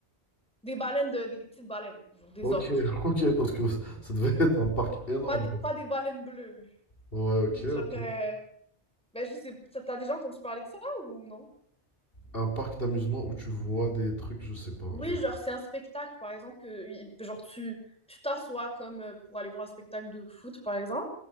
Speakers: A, in the centre; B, on the left (about 60°).
A: des baleines, de, des petites baleines, genre des
B: Ok,
A: orques.
B: <laughs> ok, parce que ça devait être un parc énorme.
A: Pas des, pas des baleines bleues.
B: Ouais, ok,
A: Genre,
B: ok.
A: euh, ben, je sais, t'as t'as déjà entendu parler de ça ou non?
B: Un parc d'amusement où tu vois des trucs, je sais pas.
A: Oui,
B: genre-
A: genre, c'est un spectacle, par exemple, que oui, genre, tu tu t'assois comme euh, pour aller voir un spectacle de foot, par exemple,